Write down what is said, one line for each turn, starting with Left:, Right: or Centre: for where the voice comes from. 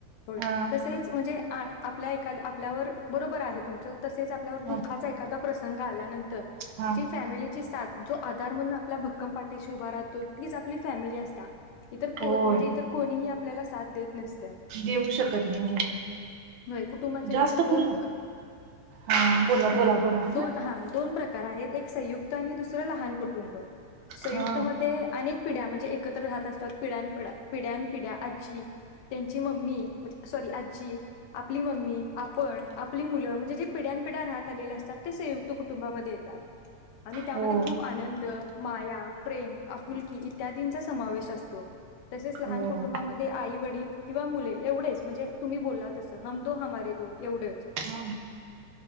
Left: होय.
Right: हा
Left: तसेच म्हणजे आण आपल्या एखाद्य आपल्यावर बरोबर आहे तुमचं. तसेच आपल्यावर दुःखाचा
Right: हा
Left: एखादा प्रसंग आल्यानंतर
Right: हा
Left: जी फॅमिली ची साथ, जो आधार म्हणून आपल्या भक्कम पाठीशी उभा राहतो तीच आपली फॅमिली असत्यां इतर कोन
Right: होय
Left: म्हणजे इतर कोणीही आप आपल्याला साथ देत नसं
Right: देऊ शकत नाही. हो
Left: होय कुटुंबाचे
Right: जास्त
Left: थोडक्यात
Right: करून
Left: दोन
Right: हा बोला
Left: नाही
Right: बोला बोला हा
Left: दोन दोन प्रकार आहेत एक संयुक्त आणि दुसरं लहान कुटुंब. संयुक्तमध्ये
Right: हा
Left: अनेक पिढ्या म्हणजे एकत्र राहत असतात पिढ्यानं-पिढ्या-पिढ्यान- पिढ्या. आजी, त्यांची मम्मी म्हणजे सॉरी आजी आपली मम्मी, आपण, आपली मुलं म्हणजे जे पिढ्यानं पिढ्या राहत आलेले असतात ते संयुक्त कुटुंबामध्ये येतात. आणि त्यामध्ये
Right: हो
Left: खूप आनंद, माया, प्रेम, आपुलकी इत्यादींचा समावेश असतो. तसेच
Right: हो
Left: लहान कुटुंबामध्ये आई-वडील किंवा मुले एवढेचं म्हणजे तुम्ही बोलला तसं, हम दो हमारे दो एवढंच
Right: हा